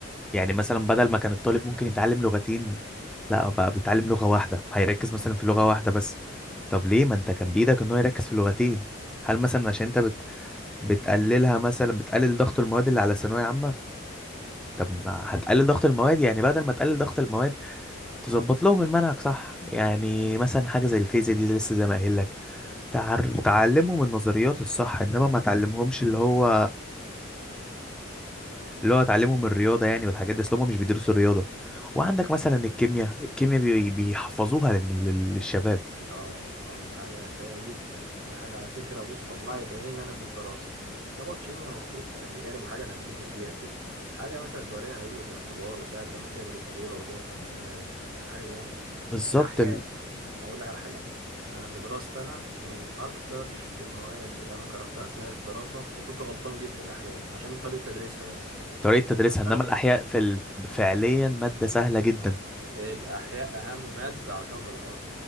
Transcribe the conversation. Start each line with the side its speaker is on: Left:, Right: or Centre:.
Centre: يعني مثلا بدل ما كان الطالب ممكن يتعلم لغتين لا بقى بيتعلم
Right: مم.
Centre: لغة واحدة هيركز مثلا في لغة واحدة بس طب ليه ما انت كان بإيدك ان هو يركز في لغتين هل مثلا عشان
Right: مم.
Centre: انت بت... بتقللها مثلا بتقلل ضغط المواد اللي على ثانوية عامة طب ما هتقلل ضغط المواد يعني بدل ما تقلل ضغط المواد تظبط لهم المنهج صح يعني مثلا حاجة زي الفيزياء دي لسه زي ما قايل لك تعر... تعلمهم النظريات الصح انما ما تعلمهمش اللي هو اللي هو تعلمهم الرياضة يعني والحاجات دي اصل هم مش بيدرسوا الرياضة وعندك مثلا الكيمياء الكيمياء بي... بيحفظوها لل... لل- للشباب
Right: اه اه دي حاجة سيئة جدا دي حاجة على فكرة بص طلعت عيني انا في الدراسة يابا الكيمياء المفروض تجارب وحاجة انا انبهر بيها كده حاجة مثلا توريني انابيب الاختبار وساعة لما تعمل التجربة قدامي فانا انبهر حاجة جامدة
Centre: بالظبط
Right: الأحياء
Centre: ال...
Right: اقول لك على حاجه انا في دراستي انا من اكتر المواد اللي انا كرهتها اثناء الدراسه وكنت غلطان جدا الاحياء عشان طريقه تدريسها بس
Centre: طريقة تدريسها
Right: عشان
Centre: انما الاحياء في ال... فعليا مادة سهلة جدا
Right: الاحياء اهم ماده على كوكب الارض